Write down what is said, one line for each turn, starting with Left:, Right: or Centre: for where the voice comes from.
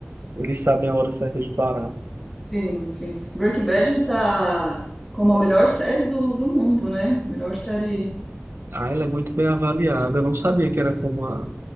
Right: eles sabem a hora certa de parar.
Centre: Sim, sim. Breaking Bad tá como a melhor série do, do mundo, né? Melhor série.
Right: Ah, ela é muito bem avaliada. Eu não sabia que era como a,